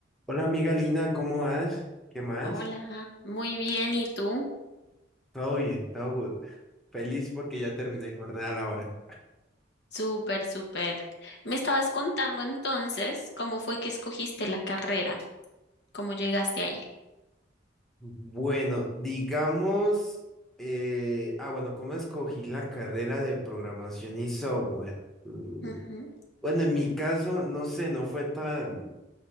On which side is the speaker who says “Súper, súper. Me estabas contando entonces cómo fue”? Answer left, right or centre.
Left